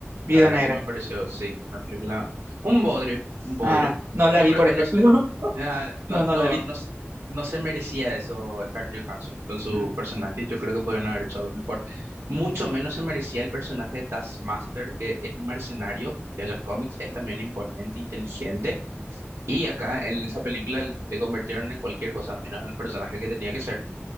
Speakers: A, on the right; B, on the right.
A: Viuda
B: La verdad
A: Negra.
B: que me pareció, sí, una película, un bodrio, un bodrio.
A: Ah, no la
B: Yo
A: vi,
B: creo
A: por
B: que
A: ejemplo.
B: no,
A: <laughs>
B: Ah, no,
A: No, no
B: no,
A: la vi.
B: no, s- no se merecía eso Scarlett Johansson con su
A: Mm,
B: personaje. Yo creo que podrían haber hecho algo mejor. Mucho
A: mm,
B: menos se merecía el personaje de Taskmaster, que es un mercenario, que en los cómics es también imponente, inteligente. Y acá en esa película le le convirtieron en cualquier cosa menos en el personaje que tenía que ser.